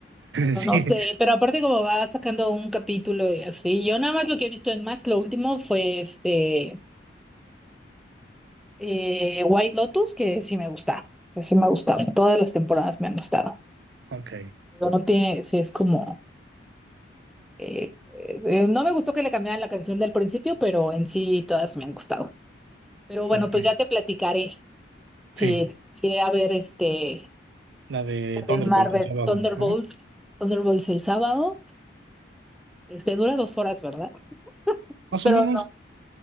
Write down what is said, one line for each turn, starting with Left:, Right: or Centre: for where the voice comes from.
Centre: pero
Right: Sí,
Centre: no sé, pero aparte como va sacando un capítulo y así, yo nada más lo que he visto en Max, lo último fue este eh, White Lotus, que sí me gusta, o sea, sí me ha gustado, todas las temporadas me han gustado.
Right: ok,
Centre: No, no tiene, sí es como, eh, eh, no me gustó que le cambiaran la canción del principio, pero en sí todas me han gustado. Pero bueno,
Right: ok,
Centre: pues ya te platicaré,
Right: sí.
Centre: sí, iré a ver este,
Right: La de
Centre: la
Right: Thunderbolt
Centre: de Marvel,
Right: el sábado,
Centre: Thunderbolts,
Right: ¿no?
Centre: Thunderbolts el sábado, este dura dos horas, ¿verdad? Espero
Right: Más o menos.
Centre: no.